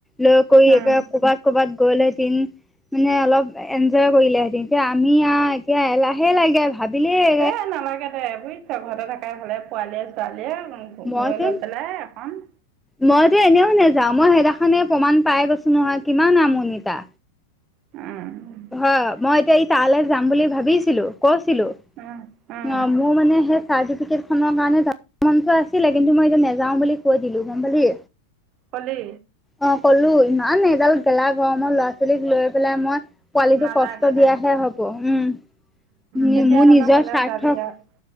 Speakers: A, in the centre; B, on the right.
A: লৈ কৰি
B: উম।
A: একে কবাত কবাত গ'ল হেতিন- মানে অলপ এনজয় কৰিলেহেতেন, এতিয়া আমি আ এতিয়া এলাহে লাগে। ভাবিলে-
B: এ নালাগে দে বুজিছ ঘৰতে থাকাই ভালে পোৱালীয়ে ছোৱালীয়ে।
A: মইচোন
B: গৈ লৈ পেলাই এখন।
A: মইতো এনেও নেযাও, মই সেইদিনাখনে প্ৰমাণ পাই গৈছো নহয় কিমান আমনি তা।
B: উম
A: হয় মই এতিয়া ই তালৈ যাম বুলি ভাবিছিলো কৈছিলো।
B: উম
A: অ
B: উম
A: মোৰ মানে সেই চাৰ্টিফিকেটখনৰ কাৰণে- মনটো আছিলে, কিন্তু মই এতিয়া নাযাও বুলি কৈ দিলো গম পালি।
B: কলি
A: অ ক'লো, ইমান এডাল গেলা গৰমৰ ল'ৰা ছোৱালীক লৈ পেলাই মই- পোৱালিটো
B: নালাগে
A: কষ্ট দিয়াহে
B: দে
A: হ'ব উম
B: কেতিয়াবালে
A: মোৰ নিজৰ
B: হ'লে
A: স্বাৰ্থক-
B: যাবি আৰু